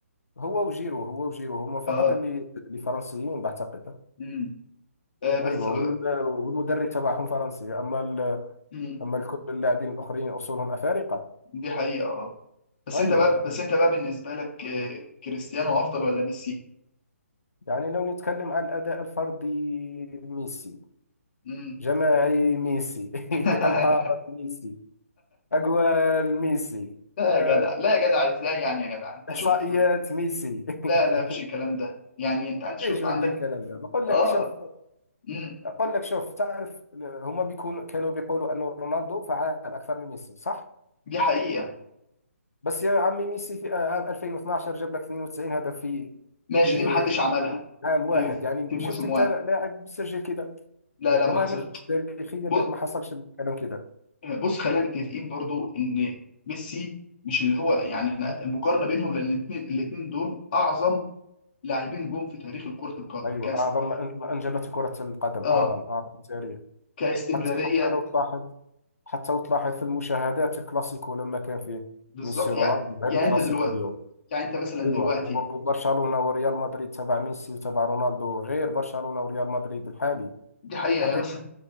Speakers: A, on the left (about 80°); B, on the left (about 40°).
A: هو وجيرو هو وجيرو هم فقط
B: اه
A: اللي اللي فرنسيين بعتقد
B: امم آه بس
A: ايوه وال- والمدرب تبعهم فرنسي اما
B: امم
A: أما الكل اللاعبين الآخرين أصولهم أفارقة
B: دي حقيقة اه بس
A: أيوة
B: انت بقى
A: حقيقة.
B: بس انت بقى بالنسبة لك آه، كريستيانو افضل ولا ميسي؟
A: يعني لو نتكلم عن الأداء الفردي ميسي
B: امم
A: جماعي ميسي
B: <laughs>
A: <laughs> ألقاب ميسي أجوال ميسي
B: لا
A: آه،
B: يا جدع لا يا جدع ازاي يعني يا جدع انت
A: إحصائيات
B: شوف
A: ميسي
B: لا لا مفيش
A: <laughs>
B: الكلام ده يعني انت عندك شوف
A: ايش ما
B: عندك
A: بيجي الكلام ده بقول لك
B: اه
A: شوف
B: امم
A: بقول لك شوف تعرف هما بيكونوا كانوا بيقولوا أنه رونالدو فعال أكثر من ميسي صح
B: دي حقيقة
A: بس يا عمي ميسي في آه، عام 2012 جاب لك 92 هدف في
B: ماشي
A: في
B: دي محدش عملها
A: عام واحد
B: في
A: يعني
B: في موسم
A: شفت انت
B: واحد
A: لاعب سجل كده
B: لا لا
A: والله
B: ما حصلت
A: مش تاريخيا
B: بص
A: ما حصلش الكلام كده
B: بص خلينا متفقين برضو ان ميسي مش اللي هو يعني احنا
A: مهم.
B: المقارنه بينهم لان الاثنين الاثنين دول اعظم لاعبين جم في تاريخ كره القدم
A: ايوه
B: كاست
A: اعظم ما ما انجبته كره القدم
B: اه
A: اعظم اعظم تاريخ
B: كاستمراريه
A: حتى حتى لو تلاحظ حتى لو تلاحظ في المشاهدات الكلاسيكو لما كان فيه
B: بالظبط
A: ميسي رونالدو
B: يعني
A: غير
B: يعني
A: الكلاسيكو
B: انت دلوقتي
A: اليوم
B: يعني انت مثلا
A: ايوه
B: دلوقتي
A: وبرضه برشلونه وريال مدريد تبع ميسي وتبع رونالدو غير برشلونه وريال مدريد الحالي
B: دي حقيقه
A: حقيقه
B: يعني مثلا